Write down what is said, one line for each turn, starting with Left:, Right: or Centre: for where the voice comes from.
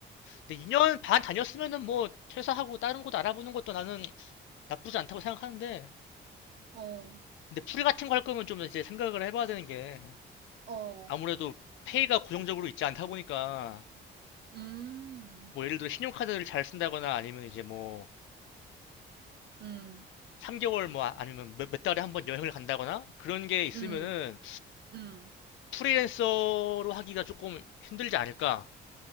Left: 근데 2년 반 다녔으면은 뭐 퇴사하고 다른 곳 알아보는 것도 나는 나쁘지 않다고 생각하는데
Right: 어,
Left: 근데 풀 같은 거 할 거면 좀 이제 생각을 해봐야 되는 게
Right: 어,
Left: 아무래도 페이가 고정적으로 있지 않다 보니까
Right: 음,
Left: 뭐 예를 들어 신용카드를 잘 쓴다거나 아니면 이제 뭐
Right: 음,
Left: 3개월 뭐 아- 아니면 몇, 몇 달에 한 번 여행을 간다거나 그런 게 있으면은
Right: 음, 음.
Left: 프리랜서로 하기가 조금 힘들지 않을까?